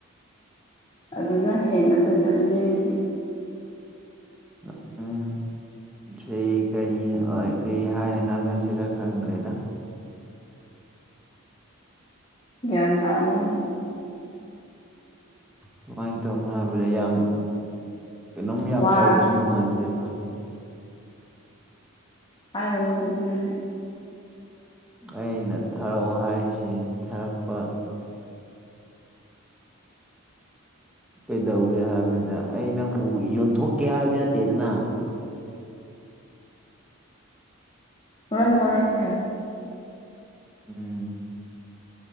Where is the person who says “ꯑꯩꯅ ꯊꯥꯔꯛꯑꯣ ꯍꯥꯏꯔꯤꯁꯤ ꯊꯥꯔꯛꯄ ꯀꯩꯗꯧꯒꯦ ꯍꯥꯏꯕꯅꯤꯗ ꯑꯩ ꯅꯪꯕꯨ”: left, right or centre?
Centre